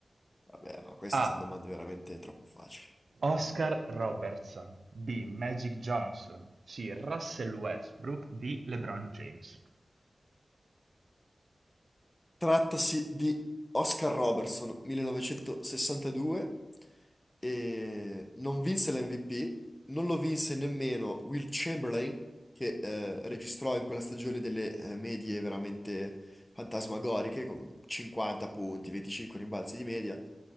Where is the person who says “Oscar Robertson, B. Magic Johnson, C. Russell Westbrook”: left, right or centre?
Right